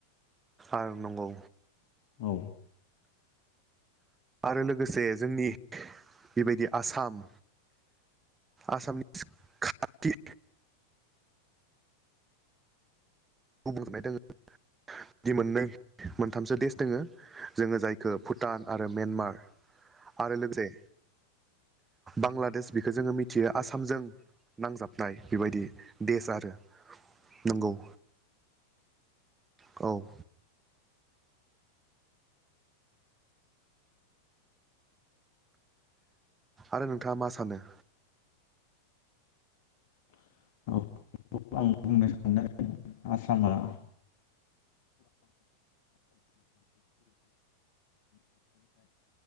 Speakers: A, on the right; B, on the left.
A: ओ नंगौ
B: औ
A: आरो लोगोसे जोंनि बेबायदि आसाम आसामनि खाथि बुंजोबनाय दङ बि मोननै मोनथामसो देश दङो जोङो जायखौ भुटान आरो म्यानमार आरो लोगोसे बांलादेश बेखौ जोङो मिथियो आसामजों नांजाबनाय बेबायदि देश आरो नंगौ औ आरो नोंथाङा मा सानो
B: <unintelligible> आसामा <unintelligible>